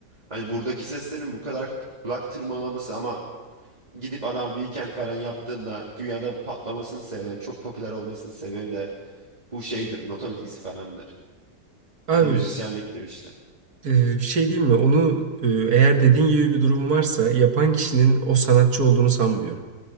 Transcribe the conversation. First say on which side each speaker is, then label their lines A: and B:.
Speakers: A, on the right; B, on the right.
A: hani buradaki seslerin bu kadar kulak tırmalaması ama Gidip adam weekend falan yaptığında dünyada patlamasının sebebi, çok popüler olmasının sebebi de bu şeydir, nota bilgisi falandır.
B: abi
A: Ya da müzisyenliktir işte.
B: e, bir şey diyeyim mi? Onu e, eğer dediğin gibi bir durum varsa yapan kişinin o sanatçı olduğunu sanmıyorum.